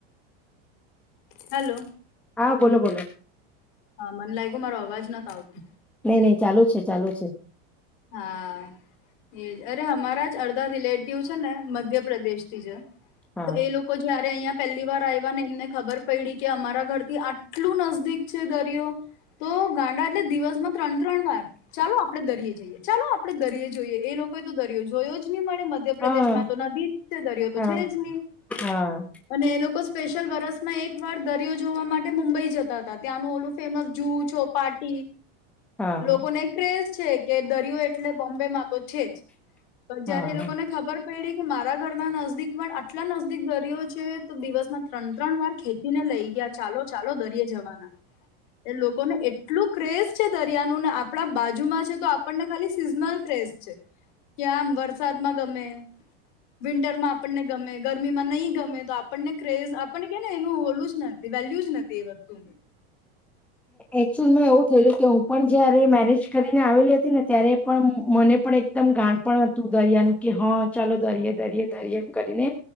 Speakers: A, on the left (about 50°); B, in the centre.
A: હ હલો.
B: હા બોલો બોલો.
A: હા મને લાગ્યું મારો અવાજ નથી આવતો.
B: નહી નહી ચાલુ છે ચાલુ છે.
A: હા એજ અરે અમારા જ અડધા રિલેટિવ છે ને મધ્યપ્રદેશ થી જ
B: હા
A: તો એ લોકો જે અહં પહેલી વાર આવ્યા ને એમને ખબર પડી કે અમારા ઘર થી આટલું નજદીક છે દરિયો તો ગાંડા એટલે દિવસમાં ત્રણ ત્રણ વાર ચાલો આપડે દરિયે જઈએ. ચાલો આપણે દરયે જોઈએ એ લોકોએ તો દરિયો જોયો જ નહીં મળે. મધ્યપ્રદેશ
B: હા
A: માં તો નદી દરિયો તો
B: હા
A: છે
B: હા
A: જ નહી
B: હા
A: અને એ લોકો સ્પેશિયલ વરસમાં એક વાર દરિયો જોવા માટે મુંબઈ જતા હતા ત્યાંનું ઓલું ફેમસ જૂ છોપાર્ટ
B: હા
A: લોકો ને ક્રેઝ કે છે. દરિયો એટલે બોમ્બે માં તો છે જ પણ
B: હા
A: જયારે એ લોકોને ખબર પેડી કે મારા ઘરના નજદીક પણ આટલા નજદીક દરિયો છે તો દિવસમાં ત્રણ ત્રણ વાર ખેંચી ને લઈ ગયા ચાલો ચાલો દરિય જવાના. એ લોકોને એટલું ક્રેઝ છે દરિયાનું ને આપણા બાજુમાં છે તો આપણને ખાલી સીઝનલ ક્રેઝ છે કે આમ વરસાદમાં ગમે વિન્ટરમાં આપણને ગમે ગરમીમાં નહી ગમે તો આપણને ક્રેઝ આપણને કે ને એનું ઓલું જ નથી વેલ્યુ જ નથી એ વસ્તુ
B: એકચુઅલમાં એવું થયેલું કે હું પણ જયારે મેરેજ કરીને આવેલી હતી ને ત્યારે પણ મને પણ એકદમ ગાણ પણ હતું દરિયાનું કે હા ચાલો દરયે દરિયે દરયે એમ કરીને